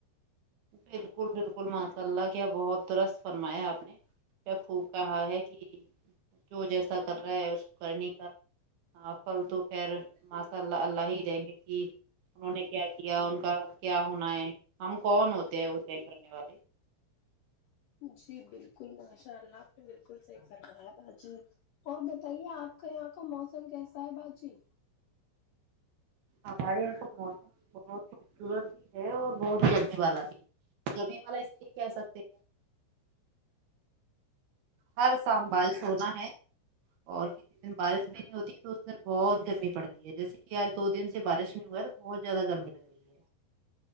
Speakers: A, on the right (about 60°); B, on the left (about 70°).
A: بالکل بالکل ماشاء اللہ کیا بہت درست فرمایا آپ نے کیا خوب کہا ہے کہ جو جیسا کر رہا ہے اس کو کرنی کا ہاں پھل تو خیر ماساء اللہ اللہ ہی دیں گے کہ انہوں نے کیا کیا ان کا کیا ہونا ہے ہم کون ہوتے ہیں وہ طے کرنے والے
B: جی بالکل ماشاء اللہ آپ نے بالکل صحیح فرمایا باجی اور بتائیے آپ کا یہاں کا موسم کیسا ہے باجی
A: ہمارے یہاں کا موسم بہت خوبصورت بھی ہے اور بہت گرمی والا بھی ہے گرمی والا اس لئے کہ سکتے ہیں ہر سال بلیز ہونا ہے اور کتنے دن بارش بھی نہیں ہوتی ہے تو ادھر بہت گرمی پڑتی ہے جیسے کہ آج دو دن سے بارش نہیں ہوا ہے تو بہت زیادہ گرمی لگ رہی ہے